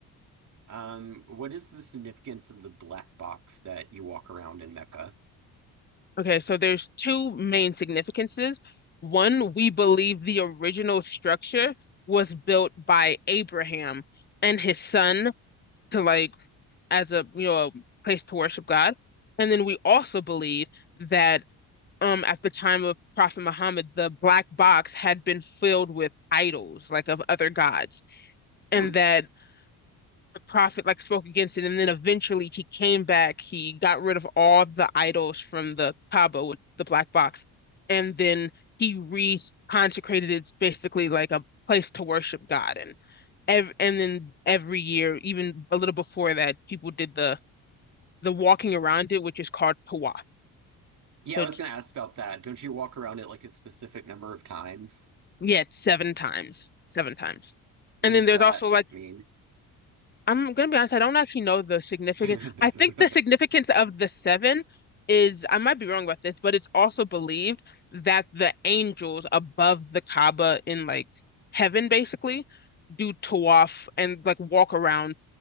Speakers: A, on the right; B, on the left.
A: Um, what is the significance of the black box that you walk around in Mecca?
B: Okay, so there's two main significances. One, we believe the original structure was built by Abraham and his son to like as a you know a place to worship God. And then we also believe that um at the time of Prophet Muhammad, the black box had been filled with idols, like of other gods, and
A: Hmm.
B: that the prophet like spoke against it. And then eventually he came back, he got rid of all the idols from the Kaaba with the black box, and then he re-consecrated it basically like a place to worship God. And ev and then every year, even a little before that, people did the the walking around it, which is called Pawa.
A: Yeah,
B: So
A: I
B: it's
A: was gonna ask about that. Don't you walk around it like a specific number of times?
B: yeah, it's seven times, seven times.
A: What
B: And
A: does
B: then there's
A: that
B: also like
A: mean?
B: I'm gonna be honest, I don't actually know the significance.
A: <laughs>
B: I think the significance of the seven is I might be wrong about this, but it's also believed that the angels above the Kaaba in like heaven basically do tawaf and like walk around